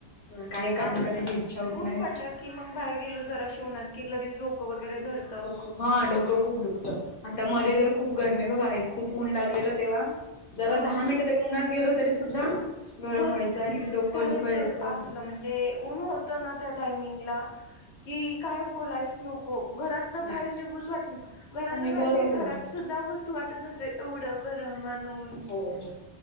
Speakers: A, on the left; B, on the left.
A: हं काही काम
B: आणि
A: करायची इच्छा होत
B: ऊन
A: नाय.
B: पडलं की मग बाहेर गेलो जराशी ऊन्हात, की लगेच डोकं वगैरे धरतं.
A: डोकं हा डोकं खूप दुखतं. आता मध्ये तर खूप गरमी बघा आहे, खूप ऊन लागलेलं तेव्हा जरा
B: हा
A: दहा मिनिटं तरी उन्हात गेलो तरी सुद्धा गरम
B: भरपूर,
A: व्हायचं आणि डोकं
B: त्यालाच
A: दुखायचं
B: तर असलं म्हणजे ऊन होत ना त्या टायमिंगला, की काय बोलायच नको. हो घरातनं बाहेर
A: नाही
B: निघूसं वाटत नाही. घरातनं
A: पण निघायला
B: बाहेर
A: वाटत
B: काय, घरातसुद्धा बसू वाटत नव्हतं एवढं गरम आन ऊन
A: हो हो